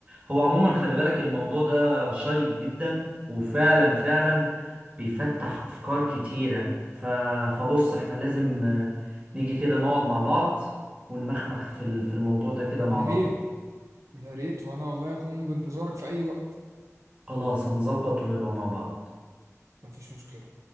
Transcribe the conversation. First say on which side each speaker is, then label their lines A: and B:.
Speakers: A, on the right (about 25°); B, on the right (about 70°).
A: هو عموما خلي بالك الموضوع ده شيق جدا وفعلا فعلا بيفتح افكار كتيرة ف... فبص احنا لازم آه، نيجي كده نقعد مع بعض ونمخمخ في ال- في الموضوع ده كده
B: يا
A: مع بعض
B: ريت يا ريت وانا والله اكون بانتظارك في اي وقت
A: خلاص هنظبط ونبقى مع بعض
B: مفيش مشكلة